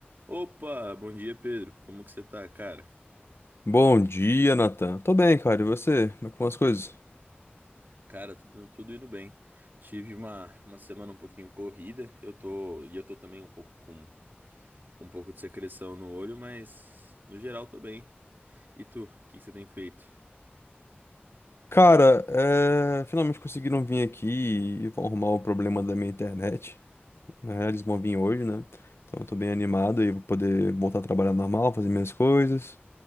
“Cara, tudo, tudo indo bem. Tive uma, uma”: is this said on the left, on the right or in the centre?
Right